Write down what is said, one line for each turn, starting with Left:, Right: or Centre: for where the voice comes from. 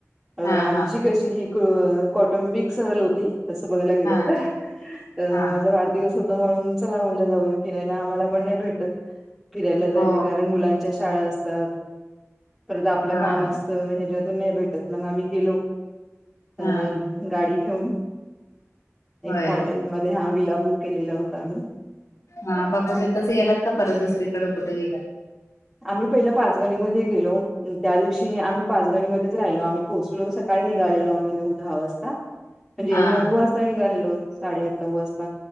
Centre: अ
Left: हा
Centre: आमची
Left: हा
Centre: कशी अ कौटुंबिक सहल होती. तसं बघायला गेलं
Left: हा
Centre: तर
Left: हा
Centre: माझा वाढदिवस हो म्हणून चला म्हणलं जाऊया फिरायला आम्हाला पण नाही भेटत. फिरायला जायला
Left: हो
Centre: कारण मुलांच्या शाळा असतात. परता आपलं
Left: हा
Centre: काम
Left: ना
Centre: असतं ह्याच्यातून नाही भेटत मग आम्ही गेलो अ
Left: हा
Centre: गाडी घेऊन
Left: होय
Centre: एक हॉटेल मध्ये हा विला बुक केलेला होता आम्ही.
Left: हा फक्त तिथंच गेलात का परत दुसरीकड कुठ गेलात.
Centre: आम्ही पहिलं पाचगणीमध्ये गेलो त्या दिवशी आम्ही पाचगणीमध्येच राहिलो आम्ही पोहोचलो स सकाळी निघालेलो आम्ही नऊ, दहा वाजता. म्हणजे
Left: हा
Centre: नऊ वाजता निघालेलो साडे आठ, नऊ वाजता